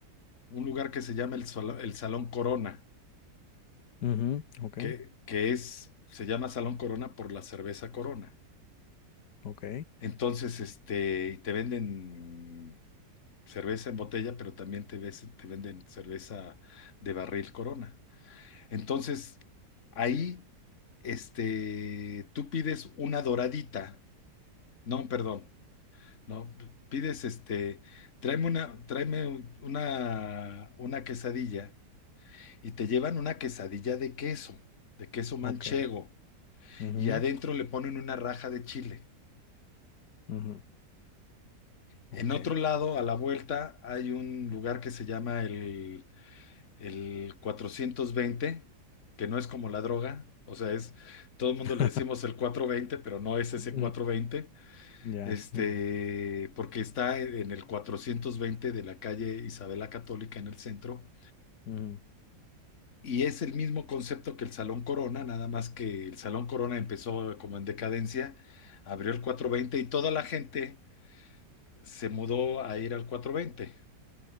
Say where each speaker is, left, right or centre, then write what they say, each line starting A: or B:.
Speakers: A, on the left; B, on the left.
A: un lugar que se llama el, Sol- el Salón Corona,
B: mhm, Ok,
A: que, que es, se llama Salón Corona por la cerveza Corona.
B: ok,
A: Entonces, este, te venden cerveza en botella, pero también te, ves- te venden cerveza de barril Corona. Entonces, ahí, este, tú pides una doradita, no, perdón, no, p- pides, este, tráeme una, tráeme un- una, una quesadilla y te llevan una quesadilla de queso, de queso manchego,
B: ok. ujú,
A: y adentro le ponen una raja de chile.
B: ujú,
A: En
B: Ok.
A: otro lado, a la vuelta, hay un lugar que se llama el El cuatrocientos veinte que no es como la droga, o sea, es, todo
B: <laughs>
A: el mundo le decimos el 420 pero no es ese
B: Mm,
A: cuatrocientos veinte
B: Ya.
A: este,
B: ujú,
A: porque está en el 420 de la calle Isabela Católica en el centro,
B: ujú.
A: y es el mismo concepto que el Salón Corona, nada más que el Salón Corona empezó como en decadencia, abrió el 420 y toda la gente se mudó a ir al cuatrocientos veinte